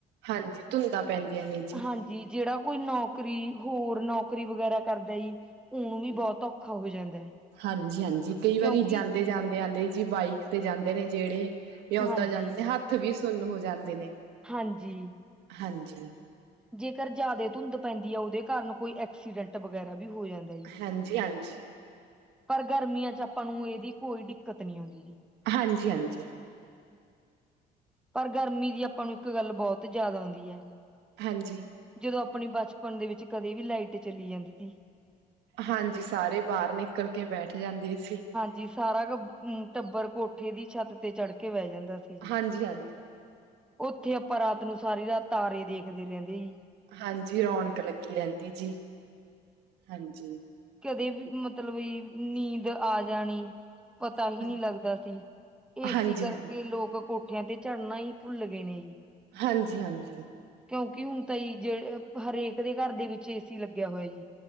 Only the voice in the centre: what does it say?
ਹਾਂਜੀ। ਜੀ ਜਿਹੜਾ ਕੋਈ ਨੌਕਰੀ ਹੋਰ ਨੌਕਰੀ ਵਗੈਰਾ ਕਰਦਾ ਜੀ। ਉਂ ਵੀ ਬਹੁਤ ਔਖਾ ਹੋ ਜਾਂਦਾ ਹੈ।
ਕਿਉਂਕਿ
ਹਾਂਜੀ
ਹਾਂਜੀ।
ਜੇਕਰ ਜ਼ਿਆਦਾ ਧੁੰਦ ਪੈਂਦੀ ਆ ਉਹਦੇ ਕਾਰਨ ਕੋਈ ਐਕਸੀਡੈਂਟ ਵਗੈਰਾ ਵੀ ਹੋ ਜਾਂਦਾ ਜੀ
ਪਰ ਗਰਮੀਆਂ ਚ ਆਪਾਂ ਨੂੰ ਇਹਦੀ ਕੋਈ ਦਿੱਕਤ ਨੀ ਆਉਂਦੀ ਜ
ਪਰ ਗਰਮੀ ਦੀ ਆਪਾਂ ਨੂੰ ਇੱਕ ਗੱਲ ਬਹੁਤ ਜਿਆਦ ਆਉਂਦੀ ਹੈ
ਜਦੋਂ ਆਪਣੀ ਬਚਪਨ ਦੇ ਵਿੱਚ ਕਦੇ ਵੀ ਲਾਈਟ ਚਲੀ ਜਾਂਦੀ ਸੀ।
ਜੀ ਸਾਰਾ ਕ ਟੱਬਰ ਕੋਠੇ ਦੀ ਛੱਤ ਤੇ ਚੜ੍ਹ ਕੇ ਬਹਿ ਜਾਂਦਾ ਸੀ ਜੀ।
ਉੱਥੇ ਆਪਾਂ ਰਾਤ ਨੂੰ ਸਾਰੀ ਰਾਤ ਤਾਰੇ ਦੇਖਦੇ ਰਹਿੰਦੇ ਜੀ।
ਕਦੀ ਵੀ ਮਤਲਬ ਵੀ ਨੀਂਦ ਆ ਜਾਣੀ। ਪਤਾ ਹੀ
ਨਹੀਂ ਲੱਗਦਾ ਸੀ ਇਸੀ
ਕਰਕੇ
ਲੋਕ ਕੋਟ। ਕੋਠੀਆਂ ਤੇ ਚੜਨਾ ਹੀ ਭੁੱਲ ਗਏ ਨੇ ਜੀ।
ਕਿਉਂਕਿ ਹੁਣ ਤਾਂ ਜ ਜਿਹੇ ਹਰੇਕ ਦੇ ਘਰ ਦੇ ਵਿੱਚ ਏ ਸੀ ਲੱਗਿਆ ਹੋਇਆ ਜੀ